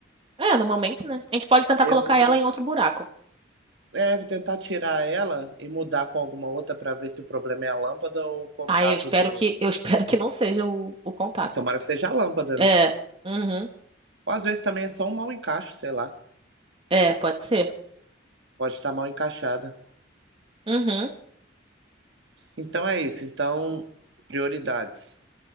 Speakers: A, on the right (about 25°); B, on the right (about 60°).
A: É, normalmente, né? A gente pode tentar
B: Eu
A: colocar ela
B: vou,
A: em outro buraco.
B: é, vou tentar tirar ela e mudar com alguma outra pra ver se o problema é a lâmpada ou o contato
A: Aí eu espero
B: do.
A: que eu espero que não seja o, o contato.
B: Tomara que seja a lâmpada,
A: É.
B: né?
A: Uhum.
B: Ou às vezes também é só um mau encaixe, sei lá.
A: É, pode ser.
B: Pode estar mal encaixada.
A: Uhum.
B: Então é isso. Então, prioridades.